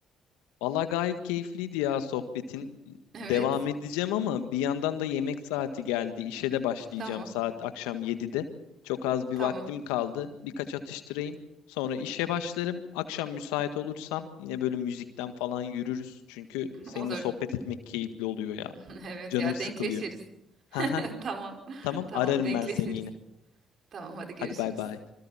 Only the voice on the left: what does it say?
Valla gayet keyifliydi ya sohbetin.
Devam edeceğim ama bir yandan da yemek saati geldi. İşe de başlayacağım
saat akşam 7'de. Çok az bir
vaktim kaldı. Birkaç atıştırayım. Sonra işe başlarım. Akşam müsait olursan yine böyle müzikten falan yürürüz. Çünkü
seninle
sohbet etmek keyifli oluyor ya.
Canım
sıkılıyor.
<laughs> Haha.
Tamam
ararım
ben seni yine.
Hadi bay bay.